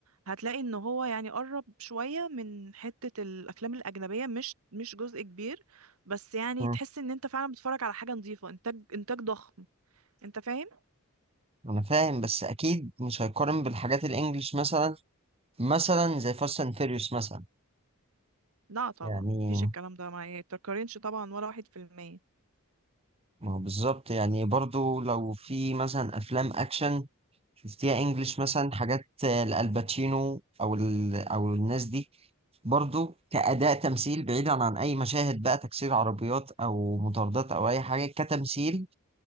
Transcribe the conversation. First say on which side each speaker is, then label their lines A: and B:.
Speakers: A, on the right; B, on the right.
A: هتلاقي ان هو يعني قرب شوية من حتة الافلام الاجنبية مش مش جزء كبير بس يعني
B: مم.
A: تحس ان انت فعلا بتتفرج على حاجة نظيفة انتاج انتاج ضخم انت فاهم
B: أنا فاهم بس أكيد مش هيقارن بالحاجات الإنجليش مثلا مثلا زي فاست أند فيريوس مثلا
A: لا طبعا
B: يعني
A: مفيش الكلام ده ما يتقارنش طبعا ولا واحد في المية
B: ما هو بالظبط يعني برضو لو في مثلا أفلام أكشن شفتيها انجلش مثلا حاجات آه، لالباتشينو او ال... او الناس دي برضو كأداء تمثيل بعيدا عن أي مشاهد بقى تكسير عربيات أو مطاردات أو أي حاجة كتمثيل